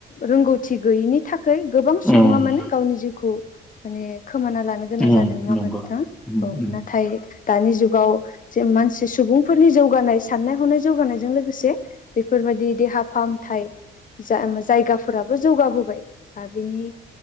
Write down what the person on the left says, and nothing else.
रोंगौथि गैयिनि थाखाय गोबां सुबुङा
माने गावनि जिउखौ माने खोमाना लानो गोनां
जादों नङामोन
नोंथां
औ
नाथाय दानि जुगाव जे मानसि सुबुंफोरनि जौगानाय साननाय हनाय जौगानायजों लोगोसे बेफोरबायदि देहा फाहामथाय जाय जायगाफोराबो जौगाबोबाय बा बिनि